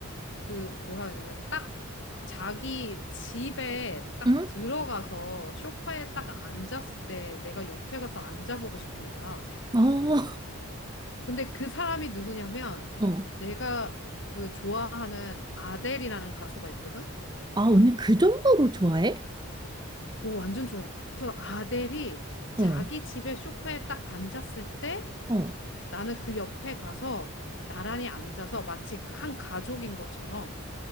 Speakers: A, on the left; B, on the right.
A: 그 뭐라 해야 되나 딱 자기 집에 딱
B: 응.
A: 들어가서 소파에 딱 앉았을 때 내가 옆에 가서 앉아보고 싶은 거야.
B: 응. 어,
A: 근데 그 사람이 누구냐면
B: <laughs> 어.
A: 내가 그 좋아하는 아델이라는 가수가 있거든.
B: 아, 언니 그 정도로 좋아해?
A: 오, 완전 좋아해. 그래서 아델이 자기
B: 어,
A: 집에 소파에 딱 앉았을 때
B: 어.
A: 나는 그 옆에 가서 나란히 앉아서 마치 한 가족인 것처럼,